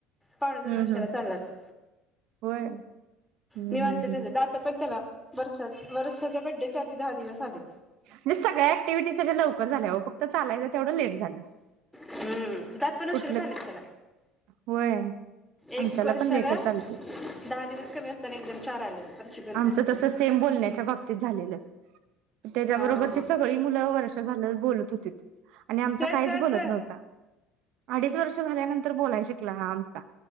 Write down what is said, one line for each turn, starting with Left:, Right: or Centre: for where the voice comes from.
Centre: पावणे दोन
Right: हम्म
Centre: वर्षाला
Right: हम्म
Centre: चालला तो
Right: होय हम्म
Centre: निवांत
Right: हम्म हम्म
Centre: त्याच दात पण त्याला वर्षात वरशेच्या बड्डेच्या आधी दहा दिवस आलेत
Right: म्हणजे सगळ्या ऍक्टिव्हिटी त्याच्या लवकर झाल्या ओ फक्त चालायचं तेवढं लेट झालं
Centre: हम्म दात पण उशिराच
Right: कुठलं
Centre: आलेत त्याला
Right: होय आमच्याला
Centre: एक वर्षाला
Right: पण लेटच
Centre: दहा
Right: चालते
Centre: दिवस कमी असताना एकदम चार आले वरची दोन
Right: आमचं
Centre: खालची
Right: तस
Centre: दोन
Right: सेम बोलण्याच्या बाबतीत तेच झालेलं त्याच्या
Centre: हा
Right: बरोबरची
Centre: हा
Right: सगळी मुलं वर्ष झालं बोलत होती त्याच्या बरोबरची सगळी मुलं वर्ष झालं बोलत होतीत आणि आमचा
Centre: चल
Right: काहीच
Centre: चल
Right: बोलत
Centre: चल
Right: नव्हता अडीच वर्ष झाल्यानंतर बोलाय शिकला हा आमचा